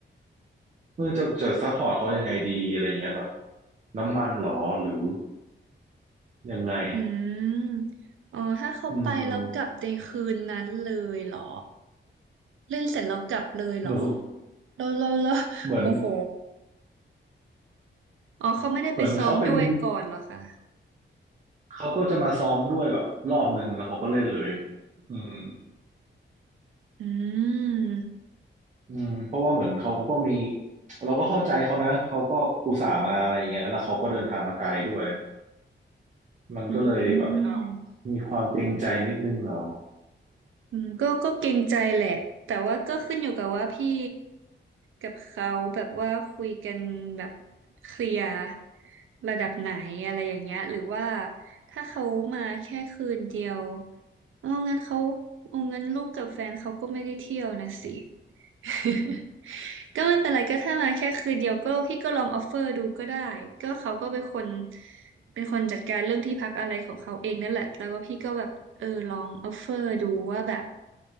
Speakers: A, on the right (about 40°); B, on the right (about 80°).
A: เออจะจะซัพพอร์ตเขายังไงดีอะไรเงี้ยแบบน้ำมันหรอหรือยังไง
B: อืม อ๋อ ถ้าเขาไปแล้วกลับในคืนนั้นเลยเหรอ
A: อืม
B: เล่นเสร็จแล้วกลับเลยเหรอ
A: เหมือ
B: เราเราเรา
A: น
B: โอ้โห อ๋อเขาไม่ได้ไปซ้อมด้วยก่อนเหรอคะ
A: เหมือนเขาเป็น เขาก็จะมาซ้อมด้วยแบบรอบหนึ่งแล้วเขาก็เล่นเลยอืม
B: อืม
A: อืมเพราะว่าเหมือนเขาก็มีเราก็เข้าใจเขานะ เขาก็อุตส่าห์มาอะไรอย่างเงี้ยแล้วเขาก็เดินทางมาไกลด้วยมันก็เลยแบบ
B: อืม
A: มีความเกรงใจนิดนึงเหรอ
B: อืมก็ก็เกรงใจแหละแต่ว่าก็ขึ้นอยู่กับว่าพี่กับเขาแบบว่าคุยกันแบบเคลียร์ระดับไหนอะไรอย่างเงี้ยหรือว่าถ้าเขามาแค่คืนเดียวอ๋องั้นเขาอ๋องั้นลูกกับแฟนเขาก็ไม่ได้เที่ยวนะสิ <laughs> ก็ไม่เป็นไรก็ถ้ามาแค่คืนเดียวก็พี่ก็ลองออฟเฟอร์ดูก็ได้ก็เขาก็เป็นคนเป็นคนจัดการเรื่องที่พักอะไรของเขาเองนั่นแหละแล้วก็พี่ก็แบบเออลองออฟเฟอร์ดูว่าแบบ